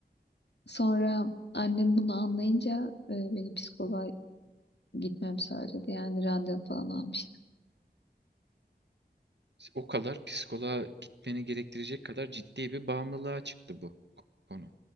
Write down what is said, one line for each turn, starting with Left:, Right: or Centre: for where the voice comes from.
Left: Sonra annem bunu anlayınca e, beni psikoloğa gitmemi söyledi. Yani randevu falan almıştı.
Right: O kadar psikoloğa gitmeni gerektirecek kadar ciddi bir bağımlılığa çıktı bu konu.